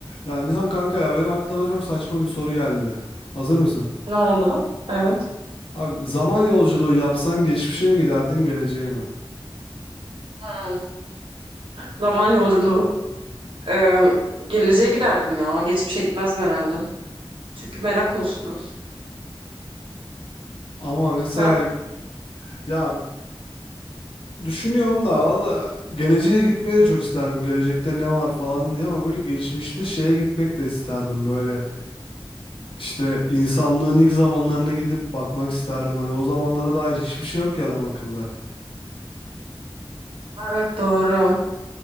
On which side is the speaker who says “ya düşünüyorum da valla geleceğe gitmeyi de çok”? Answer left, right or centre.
Left